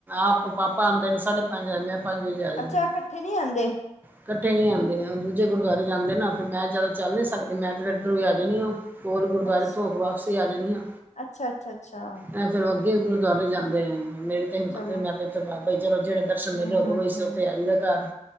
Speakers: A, on the right; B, on the left.
A: ਆਪ ਪਾਪਾ ਆਉਂਦੇ ਨੇ ਸਾਢੇ ਪੰਜ ਆਨੇ ਆਂ। ਪੰਜ ਵਜੇ ਆ ਜਾਨੇ
B: ਅੱਛਾ
A: ਆ।
B: ਇਕੱਠੇ ਨਹੀਂ ਆਉਂਦੇ
A: ਇਕੱਠੇ ਨੀ ਆਉਂਦੇ ਓਹ ਦੂਜੇ ਗੁਰਦੁਆਰੇ ਜਾਂਦੇ ਨਾ, ਫੇਰ ਮੈਂ ਜਿਆਦਾ ਚੱਲ ਨੀ ਸਕਦੀ ਮੈਂ ਤੇ ਫੇਰ ਇੱਧਰੋਂ ਹੀ ਆ ਜਾਣੀ ਆ। ਕੋਲ ਗੁਰਦੁਆਰੇ
B: ਅੱਛਾ
A: ਤੋਂ ਹੋਕੇ ਵਾਪਸੀ ਆ ਜਾਂਨੀ ਆ।
B: ਅੱਛਾ ਅੱਛਾ ਅੱਛਾ
A: ਇਹ ਫੇਰ ਅੱਗੇ ਗੁਰਦੁਆਰੇ ਜਾਂਦੇ ਨੇ ਮੇਰੀ ਤੇ ਹਿੰਮਤ
B: ਚਲੋ
A: ਨੀ ਮੈਂ ਇਥੇ ਬਾਬਾ ਜੀ ਚਲੋ ਜਿਹੜੇ ਦਰ ਸ਼ਨ ਮੇਲੇ
B: ਹਮ
A: ਹੋਗ
B: ਹਮ
A: ਬੈਸੇ
B: ਹਮ
A: ਉੱਥੇ ਆ ਜਾਂਇਦੈ ਘਰ